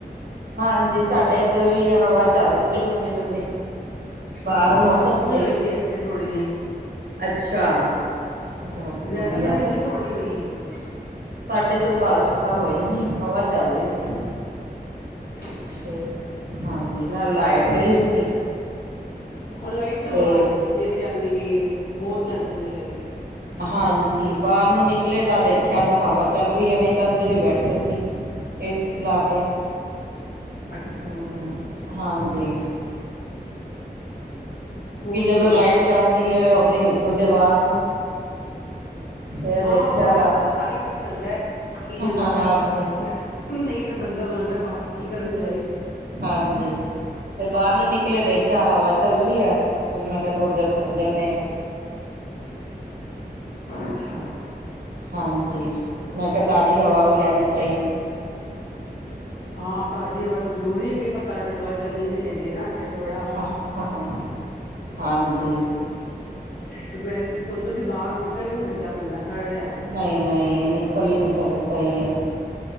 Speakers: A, on the right (about 70°); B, on the left (about 70°).
A: ਹਾਂਜੀ, ਸਾਡੇ ਇੱਧਰ ਵੀ ਹਵਾ ਚੱਲ ਰਹੀ ਸੀ ਠੰਡੀ-ਠੰਡੀ। ਬਾਹਰ
B: ਹਾਂ
A: ਮੌਸਮ
B: ਬਾਰਿਸ਼ ਵੀ
A: ਸਹੀ
B: ਹੋਈ
A: ਸੀ।
B: ਇੱਥੇ ਥੋੜ੍ਹੀ ਜਿਹੀ
A: ਅੱਛਾ, ਚਲੋ
B: ਜ਼ਿਆਦਾ
A: ਵਧੀਆ
B: ਤਾਂ ਨਹੀਂ ਹੋਈ। ਥੋੜ੍ਹੀ ਹੋਈ ਐ।
A: ਸਾਡੇ ਇੱਧਰ ਬਾਰਿਸ਼ ਤਾਂ ਹੋਈ ਨਹੀਂ, ਹਵਾ ਚੱਲ ਰਹੀ ਸੀ।
B: ਅੱਛਾ
A: ਤੇ ਹਾਂਜੀ ਨਾਲ ਲਾਈਟ ਗਈ ਹੋਈ ਸੀ।
B: ਹਾਂ, ਲਾਈਟ
A: ਤੇ
B: ਬਾਹਰ ਬਥੇਰੀ ਜਾਂਦੀ ਪਈ ਐ। ਬਹੁਤ ਜਾਂਦੀ ਪਈ ਐ ਲਾਈਟ।
A: ਹਾਂਜੀ, ਬਾਹਰ ਨੂੰ ਨਿਕਲੇ ਤਾਂ ਦੇਖਿਆ ਤਾਂ ਹਵਾ ਚੱਲ ਰਹੀ ਐ, ਨਹੀਂ ਤਾਂ ਅੰਦਰ ਹੀ ਬੈਠੇ ਸੀ। ਏਸੀ ਚਲਾ ਕੇ।
B: <inaudible>
A: ਹਾ, ਹਾਂਜੀ।
B: ਹੋਰ
A: ਕੇ ਜਦੋਂ
B: ਸੁਣਾਓ
A: ਲਾਈਟ ਜਾਂਦੀ ਆ ਉਦੋਂ ਈ ਨਿਕਲਦੇ ਆ ਬਾਹਰ ਨੂੰ। ਫੇਰ
B: ਹਾਂ
A: ਦੇਖਿਆ
B: ਬਾਹਰ ਦਾ ਤਾ ਤੇ ਤਾਂ ਹੀ ਪਤਾ ਚੱਲਦਾ, ਕੀ ਚੱਲਦਾ
A: ਹਾਂਜੀ
B: ਪਿਆ ਬਾਹਰ। ਨਹੀਂ ਤੇ ਬੰਦਾ ਸੋਚਦਾ ਬਾਹਰ ਕੀ ਕਰਨ ਗਏ?
A: ਹਾਂਜੀ। ਫਿਰ ਬਾਹਰ ਨੂੰ ਨਿਕਲੇ ਦੇਖਿਆ, ਹਵਾ ਚੱਲ ਰਹੀ ਐ ਚੱਲ ਮੈਂ ਕਿਹਾ ਥੋੜ੍ਹੀ ਦੇਰ ਖੜ ਜਾਂਦੇ ਆਂ।
B: ਅੱਛਾ।
A: ਹਾਂਜੀ, ਮੈਂ ਕਿਹਾ ਤਾਜ਼ੀ ਹਵਾ ਵੀ ਲੈਣੀ ਚਾਹੀਦੀ।
B: ਹਾਂ, ਤਾਜ਼ੀ ਹਵਾ ਤੇ ਜ਼ਰੂਰੀ ਹੈਗੀ ਐ ਪਰ ਤਾਜ਼ੀ ਹਵਾ ਚੱਲਣੀ ਵੀ ਚਾਹੀਦੀ ਐ ਨਾ। ਉਥੇ ਥੋੜਾ
A: ਹਾਂ ਹਾਂ ਹਾਂਜੀ
B: ਦੁਪਹਿਰੀ ਤਾਂ ਸੋਚੋ ਕਿ ਬਾਹਰ ਨਿਕਲ ਈ ਨੀ ਸਕਦਾ ਬੰਦਾ <unintelligible>
A: ਨਹੀਂ ਨਹੀਂ, ਨਿਕਲ ਹੀ ਨਹੀਂ ਸਕਦਾ ਸਹੀ ਏ।